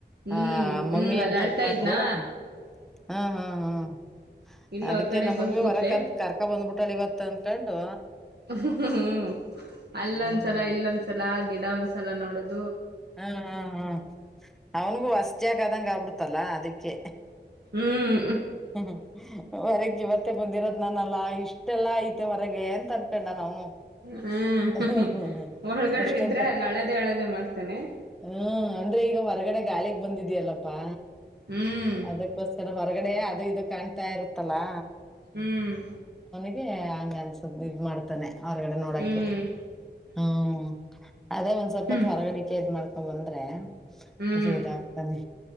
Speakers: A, on the right; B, in the centre.
A: ಹ್ಮ್
B: ಆ ಮಮ್ಮಿ
A: ಹ್ಮ್ ಅಲ್ಲಿ
B: ಎಂತಕು
A: ಅಳ್ತಾ ಇದ್ನಾ
B: ಹಾ ಹ್ಮ ಹ್ಮ್
A: ಇಲ್ಲಿ
B: ಅದಕ್ಕೆ
A: ಹೊರ್ಗಡೆ
B: ನಮ್ಮ
A: ಬಂದ್
B: ಮಮ್ಮಿ
A: ಕೂತೆ
B: ಮರಕ್ಂತ ಕರ್ಕ ಬಂದ್ಬಿಟಳ ಇವತ್ ಅಂದಕೊಂಡು
A: ಹ್ಮ್ ಹ್ಮ್ ಹ್ ಹ್ ಅಲ್ಲೊಂದ್ಸಲ
B: ಹ್ಮ್
A: ಇಲ್ಲೊಂದ್ಸಲ ಗಿಡ ಒಂದ್ಸಲ ನೋಡದು
B: ಹ್ಮ್ ಹ್ಮ್ ಹ್ಮ್ ಅವನ್ಗೂ ವಸ್ಜಾಗ ಅದಂಗಗೆ ಆಬಿಡ್ತ ತಲ್ಲ ಅದಕ್ಕೆ
A: ಹ್ಮ್
B: ಹ್ ಹ್ ಹ್ ಹ್ ಹ ಹ್ ಹ್ ಹೊರಕ್ ಇವತ್ತೆ ಬಂದಿರೋದ್ ನಾನಲ್ಲ ಇಷ್ಟ್ ಇ ಎಲ್ಲಾ ಐತೆ ಹೊರಗೆ ಏ ಅನ್ಕೊಂಡ ನಾವನು
A: ಹ್ಮ್
B: ಹ್ ಹ್ ಹ್ ಹ್
A: ಒಳಗಡೆ
B: ಇಷ್ಟಂತ
A: ಇದ್ರೆ ಅಲ್ಲಿ ಅಳದೆ ಅಳದೆ ಮಾಡ್ತಾನೆ
B: ಹ್ಮ ಅಂದ್ರೆ ಈಗ ಹೊರಗಡೆ ಗಾಳಿಗ್ ಬಂದಿದ್ಯಲ್ಲಪ್ಪಾ
A: ಹ್ಮ್
B: ಅದಕ್ಕೋಸ್ಕರ ಹೊರಗಡೆ ಅದು ಇದು ಕಾಣ್ತಾ ಇರುತ್ತಲ್ಲಾ
A: ಹ್ಮ್
B: ಹಂಗಗೆ ಅನ್ಸತ್ ಇದನ್ ಮಾಡ್ತಾನೆ ಹೊರಗಡೆ ನೋಡಕ್ಕೆೆ
A: ಹ್ಮ್
B: ಹ್ಮ್ ಅದೇ ಒಂದ್ ಸಲ್ಪತ್
A: ಹ್ಮ್
B: ಹೊರಗಡೆ ದ್ ಮಾಡ್ಕೊಂಡ್ ಬಂದ್ರೆ
A: ಹ್ಮ್
B: ಒಸಿ ಇದಾಗ್ತಾನೆ